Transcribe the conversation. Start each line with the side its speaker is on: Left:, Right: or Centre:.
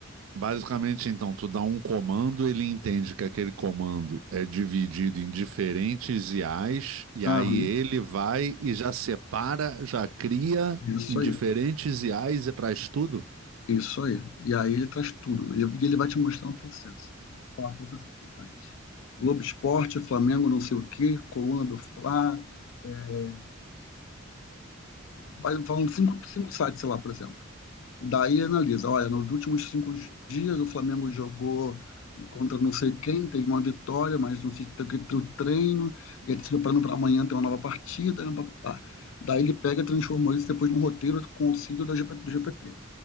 Right: Basicamente, então, tu dá um comando, ele entende que aquele comando é dividido em diferentes IAs, e
Left: Aham,
Right: aí ele vai e já separa, já cria
Left: isso
Right: em diferentes
Left: aí,
Right: IAs e traz tudo?
Left: isso aí. E aí ele traz tudo. Ele- E ele vai te mostrando o processo. Ó, todos esses sites. Globo Esporte, Flamengo, não sei o quê, Coluna do Fla, é, vai falando cinco, cinco sites, sei lá, por exemplo. Daí analisa, olha, nos últimos cinco dias o Flamengo jogou contra não sei quem, teve uma vitória, mas não sei tem que ter o treino, e ele se preparando para amanhã ter uma nova partida, né, pá, pá, pá. Daí ele pega e transformou isso depois num roteiro com auxílio da GP do GPT.